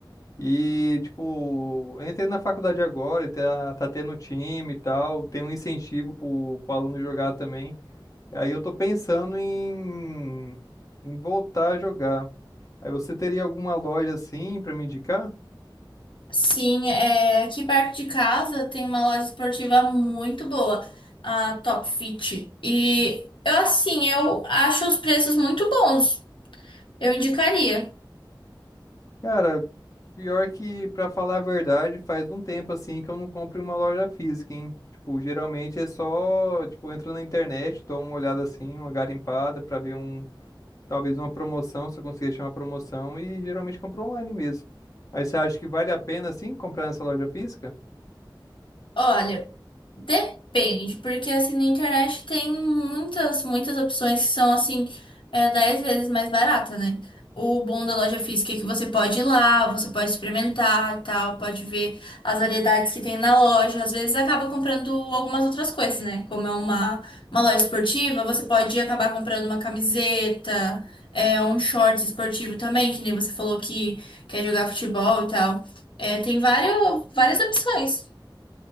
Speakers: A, on the left; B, on the left.
A: E, tipo, eu entrei na faculdade agora, e tá, tá tendo time e tal, tem um incentivo pro, pro aluno jogar também. Aí eu tô pensando em, em voltar a jogar. Aí você teria alguma loja assim pra me indicar?
B: Sim, é, aqui perto de casa tem uma loja esportiva muito boa, a Top Fit. E eu assim, eu acho os preços muito bons. Eu indicaria.
A: Cara, pior que, pra falar a verdade, faz um tempo assim que eu não compro em uma loja física, hein? Tipo, geralmente é só, tipo, eu entro na internet, dou uma olhada assim, uma garimpada pra ver um, talvez uma promoção, se eu conseguir achar uma promoção, e geralmente compro online mesmo. Mas você acha que vale a pena, assim, comprar nessa loja física?
B: Olha. Depende, porque assim na internet tem muitas, muitas opções que são assim, é, 10 vezes mais barata, né? O bom da loja física é que você pode ir lá, você pode experimentar e tal, pode ver as variedades que tem na loja. Às vezes acaba comprando algumas outras coisas, né? Como é uma, uma loja esportiva, você pode acabar comprando uma camiseta, é, um short esportivo também, que nem você falou que quer jogar futebol e tal. É, tem vários, várias opções.